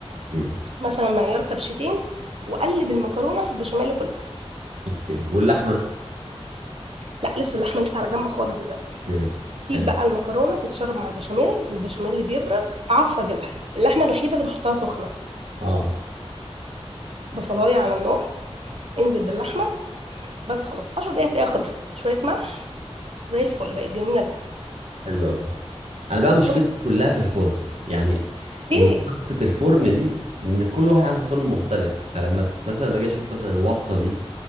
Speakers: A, on the right; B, on the right.
A: امم
B: مثلا معيار كبشتين وقلب المكرونه في البشاميل كلها
A: اوكي واللحمه
B: لا لسه اللحمه لسه على جنب خالص دلوقتي
A: اوكي حلو
B: سيب بقى المكرونه تتشرب مع البشاميل والبشاميل اللي بيبرد اعصج اللحمه اللحمه الوحيده اللي بحطها سخنه
A: اه
B: بصلايه على النار انزل باللحمه بس خلاص 10 دقايق هتلاقيها خلصت شويه ملح زي الفل بقت جميله جدا
A: حلو قوي انا بقى
B: بحط
A: مشكلتي كلها في الفرن يعني
B: ليه
A: ان نقطه الفرن دي ان كل واحد عنده فرن مختلف فلما ب- مثلا باجي اشوف مثلا الوصفه دي